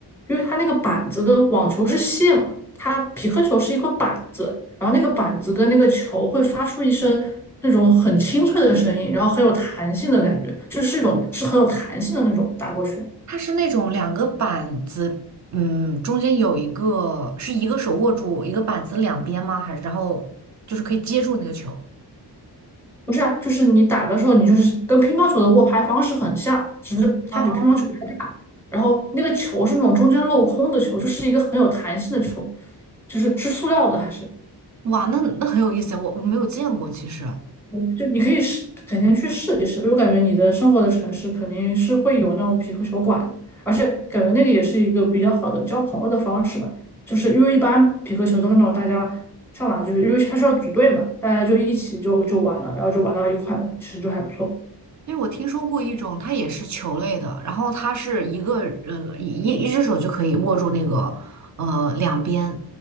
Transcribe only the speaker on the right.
它是那种两个板子，嗯，中间有一个是一个手握住一个板子两边吗？还是然后就是可以接住那个球？
哦
哇，那那很有意思，我我没有见过，其实，
因为我听说过一种，它也是球类的，然后它是一个呃一一只手就可以握住那个呃两边，